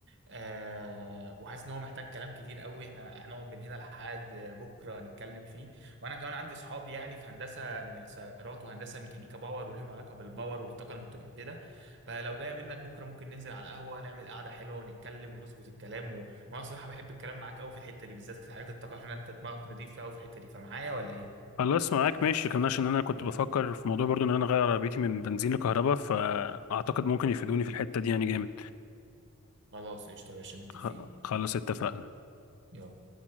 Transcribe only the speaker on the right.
آه وحاسس ان هو محتاج كلام كتير قوي احنا هنقعد من هنا لحد بكره نتكلم فيه وانا كمان عندي صحاب يعني في هندسه سيارات وهندسه ميكانيكا باور وليهم علاقه بالباور والطاقه المتجدده فلو جايه منك بكره ممكن ننزل على القهوه نعمل قعده حلوه ونتكلم ونظبط الكلام و... وانا صراحه بحب الكلام معاك قوي في الحته دي بالذات في حاجات الطاقه عشان انت دماغك نضيفه قوي في الحته دي فمعايا ولا ايه
خلاص قشطه يا باشا متفقين
يلا